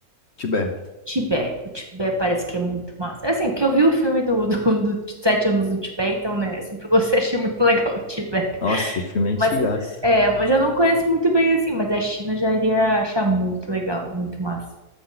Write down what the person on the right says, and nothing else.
Tibete. O Tibete parece que é muito massa. É Assim, porque eu vi o filme do, do, do Sete Anos no Tibete, então né, eu sempre gostei, achei muito legal o Tibete.
Mas é, mas eu não conheço muito bem assim, mas a China eu já iria achar muito legal, muito massa.